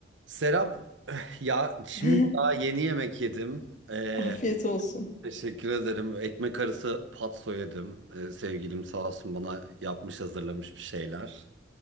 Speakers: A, on the right; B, on the left.
A: Serap, <sighs> ya şimdi
B: <laughs>
A: daha yeni yemek yedim. Ee,
B: Afiyet olsun.
A: teşekkür ederim. Ekmek arası patso yedim. Ee, sevgilim sağ olsun bana yapmış hazırlamış bir şeyler.